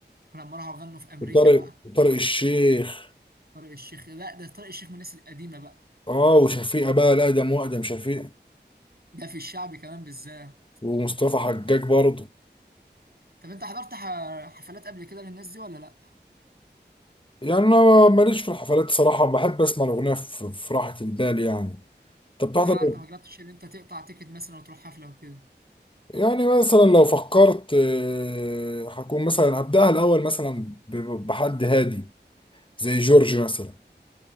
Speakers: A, on the right; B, on the left.
A: ولما راحوا غنوا في امريكا
B: وطارق
A: بقى
B: وطارق الشيخ
A: طارق الشيخ لا ده طارق الشيخ من الناس القديمه بقى
B: اه وشفيقة بقى الاقدم واقدم شفيقة
A: ده في الشعب كمان بالذات
B: ومصطفى حجاج برضه
A: طب انت حضرت ح- حفلات قبل كده للناس دي ولا لا
B: يعني انا ماليش في الحفلات صراحه بحب اسمع الاغنيه في في راحه البال يعني طب بتحضر
A: اه
B: إيه؟
A: انت ما جربتش ان انت تقطع تيكت مثلا وتروح حفله وكده
B: يعني مثلا لو فكرت آه، هكون مثلا هبدأها الاول مثلا ب- ب- بحد هادي زي جورج مثلا